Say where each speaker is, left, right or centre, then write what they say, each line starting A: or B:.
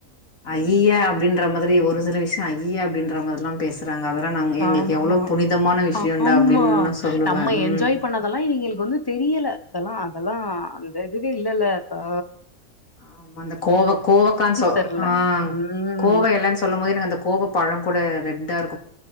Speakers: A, on the left (about 65°); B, on the left (about 20°).
A: அய்யய்ய அப்பிடின் ற மாதிரி ஒரு சில விஷயோ அய்யய அப்படின்ற மாதிரில்லா பேசுறா ங்க அதெல்லா நா எங்களுக்கு
B: ஆமா
A: எவ்வளவு புனிதமான விஷியம்டா
B: ஆமா
A: அப்படின்னு நா சொல்லுவே
B: நம்ம
A: உம்
B: என்ஜாய் பண்ணதெல்லா இவிங்களுக்கு வந்து தெரியல அதெல்லா அதெல்லா அந்த இதுவே இல்லல்ல ஆ
A: ஆ அந்த கோவக் கோவக்கானு சொ
B: தெர்ல
A: ஆ
B: ம்
A: கோவ எலன்னு சொல்லும் போது எனக்கு அந்த கோவ பழம் கூட ரெ ட்டா ரு